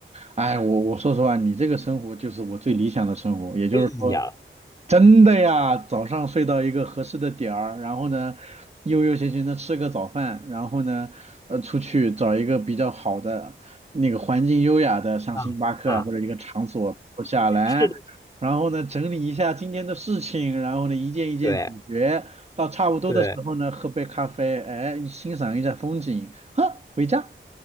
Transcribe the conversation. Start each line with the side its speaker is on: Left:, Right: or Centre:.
Right: 哎，我我说实话，你这个生活就是我最理想的生活，也就是说。
Left: 哎呀，
Right: 真的呀，早上睡到一个合适的点儿，然后呢，悠悠闲闲的吃个早饭，然后呢，呃，出去找一个比较好的那个环境优雅的，像星巴克啊或者一个场所坐下来，
Left: 啊啊，是的，
Right: 然后呢，整理一下今天的事情，然后呢，一件一件解决，
Left: 对。
Right: 到差不多的时候呢，
Left: 对
Right: 喝杯咖啡，哎，欣赏一下风景，呵，回家。